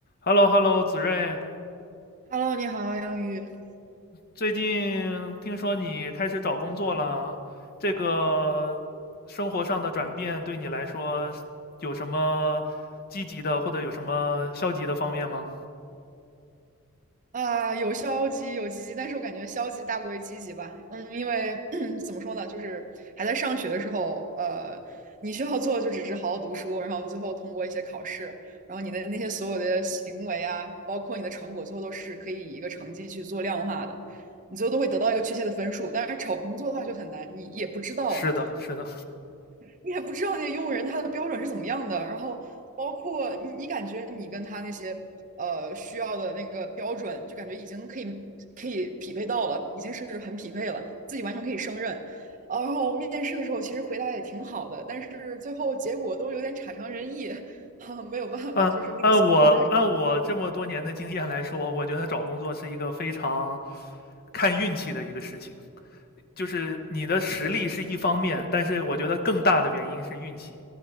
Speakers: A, on the left (about 40°); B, on the right (about 35°).
A: h e l l o h e l l o 子睿，
B: Hello，你好，杨宇。
A: 最近听说你开始找工作了，这个生活上的转变对你来说有什么积极的或者有什么消极的方面吗？
B: 啊，有消极，有积极，但是我感觉消极大过于积极吧。嗯，因为 <clears throat> 怎么说呢，就是还在上学的时候，呃，你需要做的就只是好好读书，然后最后通过一些考试，然后你的那些所有的行为啊，包括你的成果，最后都是可以以一个成绩去做量化的，你最后都会得到一个确切的分数。但是找工作的话就很难，你也不知道
A: 是的，是的，
B: 你也不知道那些用人他的标准是怎么样的，然后包括你，你感觉你跟他那些呃需要的那个标准，就感觉已经可以可以匹配到了，已经是很匹配了，自己完全可以胜任。呃然后面试的时候其实回答也挺好的，但是最后结果都有点差强人意，<laughs> 没有办法，
A: 按按我按我这么多年的经验来说，
B: 就是那个落差
A: 我觉得找工作是一个非常看运气的一个事情。就是你的实力是一方面，但是我觉得更大的原因是运气。